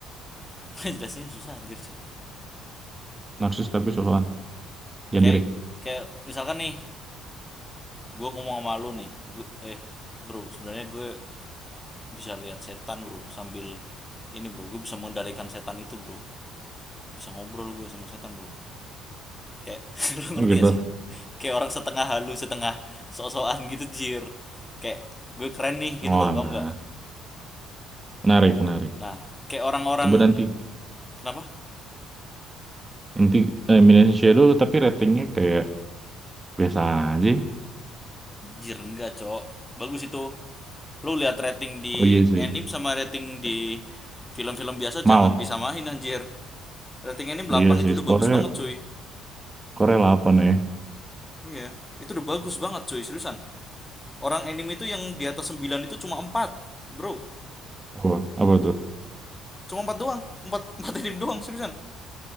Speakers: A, on the left; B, on the right.
A: <laughs> Jelasinnya susah anjir, Cuk.
B: Narsis tapi sosokan. Yang
A: Kayak
B: dirik.
A: kayak misalkan nih, gue ngomong sama lu nih, gue eh bro, sebenarnya gue bisa lihat setan, bro, sambil ini, bro, gue bisa mengendalikan setan itu, bro. Bisa ngobrol gue sama setan, bro. Kayak <laughs> lu
B: Oh,
A: ngerti
B: gitu.
A: gak sih? Kayak orang setengah halu, setengah sok-sokan gitu jir. Kayak gue keren nih
B: Oh
A: gitu loh,
B: lah,
A: kamu nggak?
B: menarik, menarik.
A: Nah, kayak orang-orang
B: Coba nanti,
A: kenapa?
B: nanti Eminence of Shadow tapi ratingnya kayak biasa aja.
A: Jir enggak, Cok. Bagus itu. Lu lihat rating di
B: Oh iya sih,
A: anime sama rating di film-film biasa
B: mal.
A: jangan disamain anjir. Rating anime 8
B: Iya sih,
A: itu udah
B: skornya,
A: bagus banget, cuy.
B: skornya 8 ya.
A: Iya, itu udah bagus banget, cuy, seriusan. Orang anime itu yang di atas 9 itu cuma 4 bro.
B: Apa, apa tuh?
A: Cuma 4 doang, 4 <laughs> 4 anime doang, seriusan.